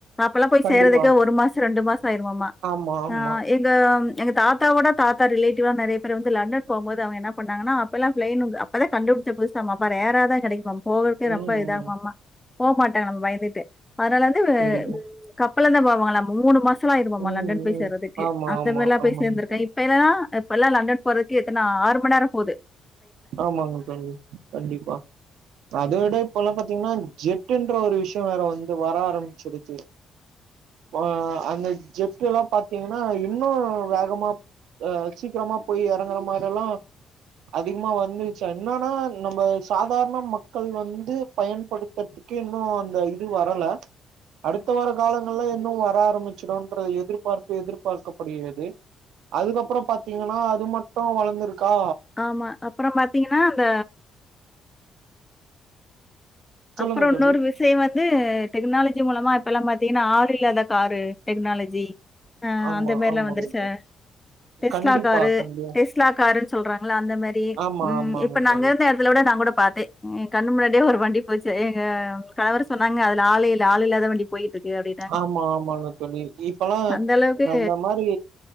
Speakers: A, on the left; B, on the right.
A: அப்பல்லா போய்
B: கண்டிப்பா
A: சேர்றதக்கே ஒரு மாசோ ரெண்டு மாசோ ஆயிருமாமா
B: ஆமா ஆமா
A: ஆ எ இந்த எங்க தாத்தா ஓட தாத்தா ரிலேட்டிவ்லா நெறையா பேர் வந்து லண்டன் போம்போது அவுங்க என்ன பண்ணாங்னா அப்பல்லா ப்ளைனுங்க அப் பதா கண்டுபிடிச்ச புதுசாமா அப்ப ரேறாதா கெடைக்குமாம் போறர்கே ரொம்ப
B: ம் ம்
A: இதாகுமாமா போ மாட்டாங்கலாமா பயந்துட்டே அதனால வந்து இ
B: கண்டிப்பா
A: கப்பல்தா போவாங்களாமா மூணு மாசோல்லா ஆயிருமாமா
B: ம்
A: லண்டன் போய்
B: ம்
A: சேர்றதுக்கு
B: ஆமா
A: அந்த
B: ஆமா
A: மாரில்லா போய்
B: ஆமாங்க
A: சேந்திருக்கா
B: தோழி
A: இப் இப்ப என்னன்னா இப்பல்லா லண்டன் போர்றதுக்கே எத்தனா ஆறு மண் நேரோ போது
B: ஆமாங் தோழி கண்டிப்பா அத விட இப்போல்லா பாத்தீங்னா ஜெட்டின்ற ஒரு விஷயோ வேற வந்து வர ஆரம்பிச்சிடுச்சு
A: <inaudible>
B: ஆ அந்த ஜெட்டு எல்லா பாத்தீங்கனா இன்னு வேகமாப் அ சீக்கிரமா போய் எறங்குற மாரில்லா அதிகமா வந்து ச்ச என்னன்னா நம்ம சாதாரண மக்கள் வந்து பயன்படுத்த க்கு இன்னு அந்த இது வரல அடுத்த வர காலங்கள்லா இன்னு வர ஆரம்பிச்சிடுன்ற எதிர்பார்ப்பு எதிர்பார்க்கப்படுகிறது அதுக்கப்பறோ பாத்தீங்கனா அது மட்டு வளந்துருக்கா
A: ஆமா அப்பறோ பாத்தீங்கனா அந்த
B: சொல்லுங்க
A: அப்பறோ இன்னோரு
B: தோழி
A: விஸ் சே வந்து டெக்னாலஜி மூலமா இப்பலா பாத்தீங்கனா ஆளு இல்லாத காரு டெக்னாலஜி ஆ
B: ஆமா
A: அந்த மாதிரில்லா
B: ஆமாங்க
A: வந்துருச்சா டெஸ்லா
B: கண்டிப்பா
A: காரு
B: கண்டிப்பா
A: டெஸ்லா காருன் சொல்றாங்களா அந்த மாதிரி
B: ஆமா
A: ம்
B: ஆமாங்க
A: இப்ப நா
B: தோழி
A: அங்க இருந்த சில விட நா கூட பாத்தே கண்ணு முன்னாடியே ஒரு வண்டி போச்சு எங்க கணவர் சொன்னாங்க அதுல ஆளே இல்ல ஆளு இல்லாத வண்டி போய்ட்டுருக்கு அப்டின்
B: ஆமா ஆமாங்க தோழி இப்பல்லா
A: அந்த அளவுக்கு
B: அந்த மாதி